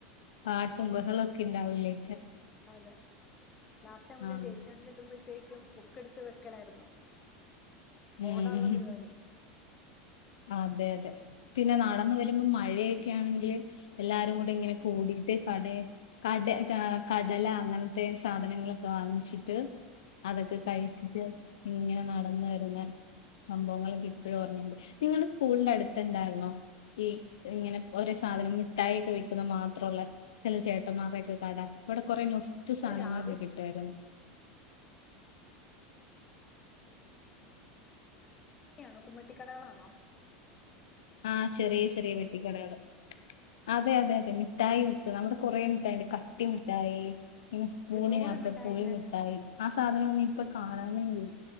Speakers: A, on the left; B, on the left.
A: പാട്ടും ബഹളൊക്കെ ഇണ്ടാവൂലേ!
B: അതെ! ലാസ്റ്റ് ആവുമ്പേത്തിനും
A: ആഹ്
B: ദേശ്യാഗാനം ചെല്ലുമ്പോഴത്തേക്കും ഒക്കെ എടുത്ത് വെക്കലായിരുന്നു.
A: ഉം
B: ഓടാനുള്ള പരിപാടി.
A: അതെ.... അതെ.... പിന്നെ നടന്ന് വരുമ്പോം മഴയൊക്കെ ആണെങ്കിൽ എല്ലാരും കൂടി ഇങ്ങനെ കൂടിട്ട് കട കട കട കടല അങ്ങനത്തെ സാധനങ്ങളൊക്കെ വാങ്ങിച്ചിട്ട്. അതൊക്കെ കഴിച്ചിട്ട് ഇങ്ങനെ നടന്ന് വരുന്ന സംഭവങ്ങളൊക്കെ ഇപ്പോഴും ഓർമ്മുണ്ട് നിങ്ങളുടെ സ്കൂളിന്റെ അടുത്ത്ണ്ടായിരുന്നോ ഈ ഇങ്ങനെ ഒരേ സാധനം മിഠായി ഒക്കെ വെക്കുന്ന മാത്രമള്ള ചില ചേട്ടന്മാറൊക്കെ കട, അവിടെ കൊറെേ നൊസ്റ്റു
B: ഇത്
A: സാധനങ്ങളൊക്കെ
B: രാവിലെയാണോ
A: കിട്ടുവായിരുന്നു!
B: ആണോ കുമ്മട്ടിക്കടകളാണോ?
A: ആഹ! ചെറിയ..... ചെറിയ.... വെട്ടിക്കടകള് അതെ അതെ.. അതെ... മിഠായി വി നമ്മുടെ കുറേ മുട്ടായി, കട്ടിമുട്ടായി പിന്നെ സ്പൂണിനകത്ത്
B: എന്തോരം മിഠായി
A: പുളിമുട്ടായി
B: ഉണ്ടായിരുന്നു
A: സാധനൊന്നും ഇപ്പൊ കാണാനേ ഇല്ല